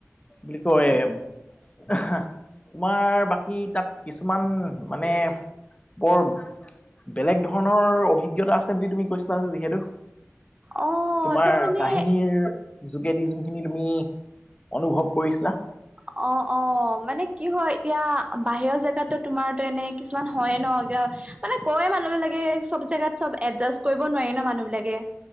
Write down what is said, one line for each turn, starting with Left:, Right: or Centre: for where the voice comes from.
Left: বুলি কয়? অহ, তোমাৰ বাকী তাত কিছুমান মানে বৰ বেলেগ ধৰণৰ অভিজ্ঞতা আছে বুলি তুমি কৈছিলা যে যিহেতু।
Right: অ
Left: তোমাৰ
Right: তাত মানে
Left: কাহিনীৰ যোগেদি যোনখিনি তুমি অনুভৱ কৰিছিলা।
Right: অ, অ মানে কি হয় এতিয়া বাহিৰৰ জেগাতো তোমাৰতো এনে কিছুমান হয়ে ন মানে কয়ে মানুহবিলাকে চব জেগাত চব এডজাষ্ট কৰিব নোৱাৰি ন মানুহবিলাকে